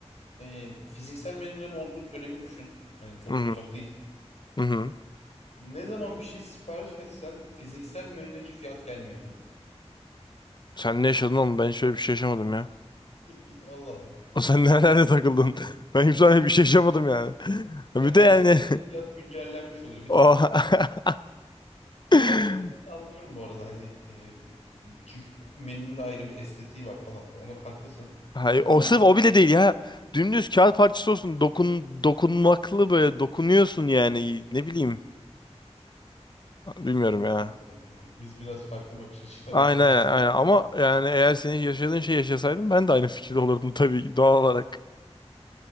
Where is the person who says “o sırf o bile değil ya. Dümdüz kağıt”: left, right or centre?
Left